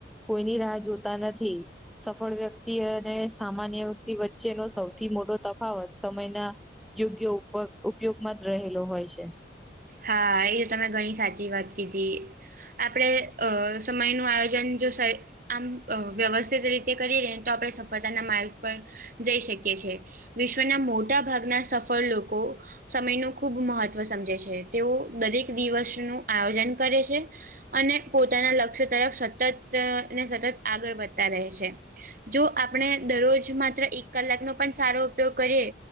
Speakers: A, in the centre; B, on the right.
A: કોઈની રાહ જોતા નથી. સફળ વ્યક્તિ અને સામાન્ય વ્યક્તિ વચ્ચેનો સૌથી મોટો તફાવત સમયના યોગ્ય ઉપ ઉપયોગમાં જ રહેલો હોય છે.
B: હા એ તમે ઘણી સાચી વાત કીધી આપણેે અ સમયનુ આયોજન જો આમ વ્યવસ્થિત રીતે કરી લે તો આપણે સફળતાના માર્ગ પર જઈ શકીએ છ છે. વિશ્વના મોટા ભાગના સફળ લોકો સમય ન ખૂબ મહત્વ સમજે છે. તેઓ દરેક દિવસનુ આયોજન કરે છે. અને પોતાના લક્ષ્ય તરફ સતત ને સતત આગળ વધતા રહે છે. જો આપણે દરરોજ માત્ર એક કલાકનોો પણ સારો ઉપયોગ કરીએ